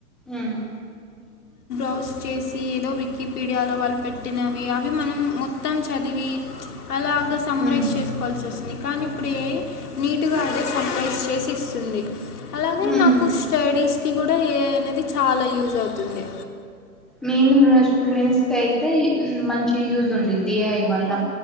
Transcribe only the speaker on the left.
పోస్ట్ చేసి ఏదో వికీపీడియాలో వాళ్ళు పెట్టినవి అవి మనం మొత్తం చదివి అలాగా సమ్మరైజ్
చేసుకోవాల్సి వస్తుంది కానీ ఇప్పుడు ఏఐ నీటుగా అదే సమ్మరైజ్ చేసి ఇస్తుంది అలాగే
నాకు స్టడీస్ కి కూడా ఏఐ అనేది చాలా యూజ్ అవుతుంది